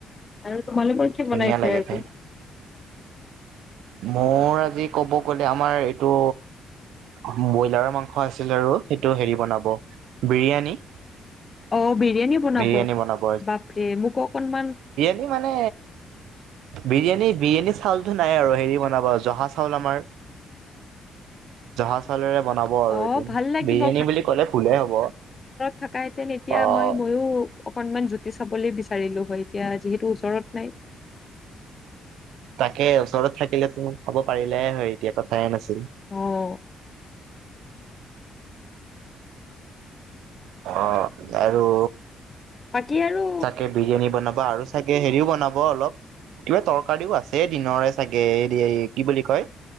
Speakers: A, on the left (about 30°); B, on the right (about 85°).
A: আৰু তোমালোকৰ কি
B: ধুনীয়া
A: বনাইছে
B: লাগে
A: আজি
B: খাই। মোৰ আজি ক'ব গ'লে আমাৰ এইটো ব্ৰইলাৰৰ মাংস আছিল আৰু সেইটো হেৰি বনাব বিৰিয়ানী।
A: অ' বিৰিয়ানী বনাব
B: বিৰিয়ানী বনাব
A: বাপৰে, মোকো অকনমান
B: হে, মানে বিৰিয়ানী বিৰিয়ানী চাউলতো নাই আৰু হেৰি বনাব জহা চাউল আমাৰ
A: <unintelligible>
B: জহা চাউলেৰে বনাব আৰু
A: অ
B: এইটো।
A: ভাল লাগিব
B: বিৰিয়ানী বুলি কলে ভুলে হ'ব।
A: থাকাইতেন তেতিয়া
B: অ'
A: মই ময়ো অকনমান জুতি চাবলে বিচাৰিলো হয়, এতিয়া যিহেতু ওচৰত নাই।
B: তাকে, ওচৰত থাকিলেতো খব পাৰিলে হয়, এতিয়া কথাই নাছিল।
A: অ'।
B: অ' আৰু
A: বাকী আৰু
B: চাগে বিৰিয়ানী বনাব আৰু চাগে হেৰিও বনাব অলপ কিবা তৰকাৰীও আছে দিনৰে চাগে, কি বুলি কয়